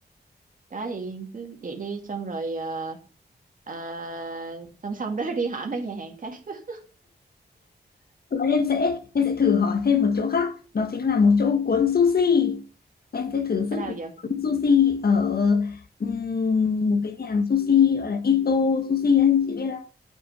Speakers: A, on the right; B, on the left.
A: đó thì cứ vậy đi xong rồi ờ, ờ, song song đó <laughs> đi hỏi mấy nhà hàng khác <laughs>
B: em sẽ em sẽ thử hỏi thêm một chỗ khác đó chính là một chỗ cuốn sushi em sẽ thử sức
A: ở đâu giờ
B: cuốn sushi ở ừm, một cái nhà hàng sushi gọi là Ito sushi đấy chị biết không